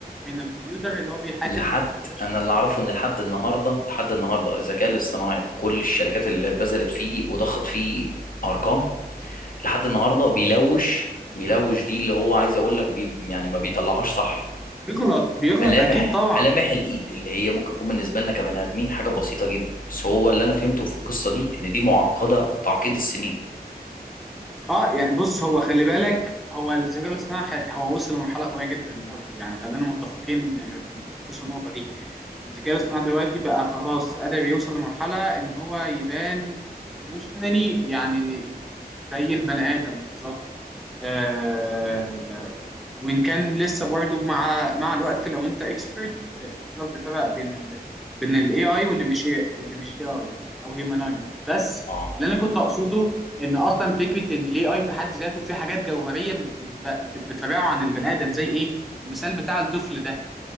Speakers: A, in the centre; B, on the left.
A: من الكمبيوتر اللي هو بيحاكي
B: لحد
A: الذكاء البشري
B: انا اللي اعرفه ان لحد النهارده لحد النهارده الذكاء الاصطناعي بكل الشركات اللي بذلت فيه وضخت فيه ارقام لحد النهارده بيلوش بيلوش دي اللي هو عايز اقول لك بي يعني ما بيطلعهاش صح
A: بيغلط بيغلط
B: ملامح
A: اكيد طبعا
B: ملامح الايد اللي هي ممكن تكون بالنسبه لنا كبني ادمين حاجه بسيطه جدا بس هو اللي انا فهمته في القصه دي ان دي معقده تعقيد السنين
A: اه يعني بص هو خلي بالك هو الذكاء الاصطناعي خ- هو وصل لمرحله قويه جدا برضه يعني خلينا متفقين آه، في بخصوص النقطه دي الذكاء الاصطناعي دلوقتي بقى خلاص قادر يوصل لمرحله ان هو يبان ايموشنالي يعني زي البني ادم بالظبط آه وان كان لسه برضه مع مع الوقت لو انت اكسبرت تقدر تفرق بين ال بين الاي اي واللي مش واللي مش اي اي او هيومنايز بس
B: اه
A: اللي انا كنت اقصده ان اصلا فكره ان الاي اي في حد ذاته في حاجات جوهريه بت- بت- بت- بتفرعه عن البني ادم زي ايه المثال بتاع الطفل ده